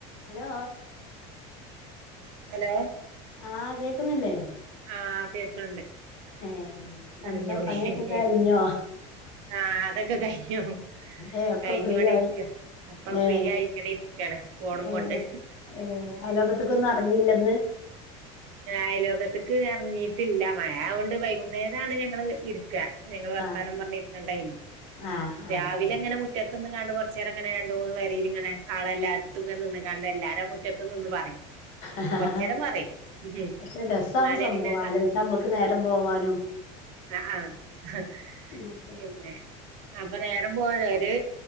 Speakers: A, on the left; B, on the right.
A: Hello
B: hello
A: ആഹ് കേക്കുന്നില്ലേ
B: ആഹ് കേക്കണ്ട്
A: ഏഹ്
B: പറഞ്ഞോളി
A: എന്താ പണിയൊക്കെ
B: കേക്കണ്ട്
A: കഴിഞ്ഞോ
B: ആഹ് അതൊക്കെ കഴിഞ്ഞോ
A: ഏ ഒക്കെ
B: കഴിഞ്ഞ
A: ഫ്രീ
B: ഇവിടെ
A: ആയി
B: ഇരിക്ക അപ്പൊ
A: ഏ
B: ഫ്രീ ആയി ഇങ്ങനെ ഇരി <unintelligible> ക്കെട ഫോണും
A: ഏ
B: കൊണ്ട്
A: ഏ അയലോകത്ത്ക്കൊന്നും എറങ്ങിയില്ലന്ന്
B: അയൽ വക്കത്തേക്ക് ഇറങ്ങിട്ടില്ല മഴ അത് കൊണ്ട് വൈകുന്നേരാണ് ഞങ്ങള് ഇരിക്കുക ഞങ്ങള് വർത്താനം
A: ആഹ്
B: പറഞ്ഞിരിക്കണ്ടായിന്നു
A: ആഹ്
B: രാവിലെ
A: ആഹ്
B: ഇങ്ങനെ മു മുറ്റത്ത് നിന്നങ്ങാണ്ടുങ്ങനെ കുറച്ച് നേരം ഇങ്ങനെണ്ട് മൂന്ന് വരൽ ഇങ്ങനെ <unintelligible> ണ്ട് എല്ലാരും മുറ്റത്തന്ന് പറയും
A: ആഹ്
B: കൊറച്ച് നേരം പറയും ഉം
A: പക്ഷെ രസാണ്
B: എന്നാലേ
A: സംഭവം
B: പിന്നെ സ
A: ആലോചിച്ച നമ്മക്ക് നേരം പോവാനും
B: ആഹ് ആഹ്
A: ഒക്കെ
B: പിന്നെ അപ്പൊ നേരം പോലെ ഒരു